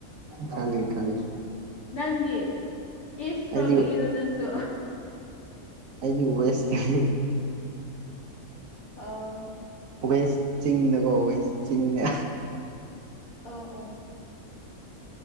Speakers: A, on the right (about 65°); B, on the left (about 75°).
A: ꯈꯪꯉꯦ ꯈꯪꯉꯦ
B: ꯅꯪꯗꯤ ꯏꯁ ꯔꯣꯝꯗꯒꯤꯔꯣ
A: ꯑꯩꯗꯤ
B: ꯅꯪꯁꯨ
A: ꯑꯩꯗꯤ ꯋꯦꯁꯅꯦ
B: ꯑꯣ
A: ꯋꯦꯁ ꯆꯤꯡꯅꯀꯣ ꯋꯦꯁ ꯆꯤꯡꯅ
B: ꯑꯣ ꯑꯣ